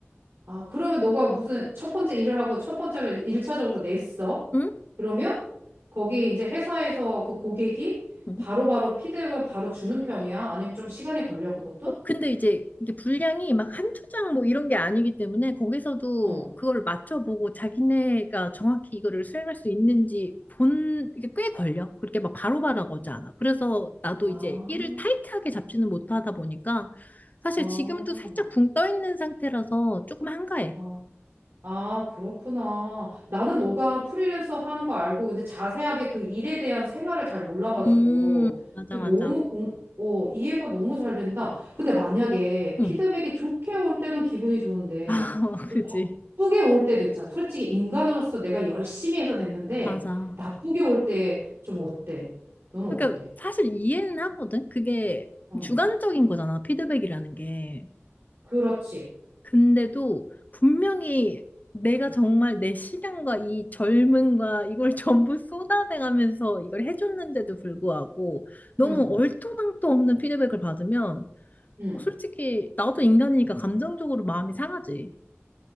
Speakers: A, on the right; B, on the left.
A: 아, 그러면 너가 무슨 첫 번째 일을 하고 첫 번째로 일차적으로 냈어?
B: 응?
A: 그러면 거기 이제 회사에서 그 고객이
B: 어?
A: 바로바로 피드백을 바로 주는 편이야? 아니면 좀 시간이 걸려, 그것도?
B: 어, 근데 이제 이게 분량이 막 한두 장 뭐 이런 게 아니기 때문에 거기서도
A: 어.
B: 그걸 맞춰보고 자기네가 정확히 이거를 수행할 수 있는지 본, 이게 꽤 걸려. 그렇게 막 바로바로 오지 않아. 그래서 나도
A: 아,
B: 이제 일을 타이트하게 잡지는 못하다 보니까 사실
A: 아,
B: 지금도 살짝 붕 떠 있는 상태라서 조금 한가해.
A: 아, 아, 그렇구나. 나는 너가 프리랜서 하는 거 알고, 근데 자세하게 그 일에 대한 생활을 잘 몰라가지고,
B: 음, 맞아,
A: 근데
B: 맞아.
A: 너무 공, 어, 이해가 너무 잘 된다. 근데 만약에
B: 응.
A: 피드백이 좋게 올 때는 기분이 좋은데,
B: 아, <laughs>
A: 좀
B: 그지.
A: 나쁘게 올 때도 있잖아. 솔직히 인간으로서 내가 열심히 해서 냈는데,
B: 맞아.
A: 나쁘게 올 때 좀 어때? 너는
B: 그러니까
A: 어때?
B: 사실 이해는 하거든. 그게
A: 응,
B: 주관적인 거잖아. 피드백이라는 게.
A: 그렇지.
B: 근데도 분명히 내가 정말 내 시간과 이 젊음과 이걸 <laughs> 전부 쏟아내가면서 이걸 해줬는데도 불구하고 너무
A: 응,
B: 얼토당토 없는 피드백을 받으면
A: 응,
B: 솔직히 나도 인간이니까 감정적으로 마음이 상하지.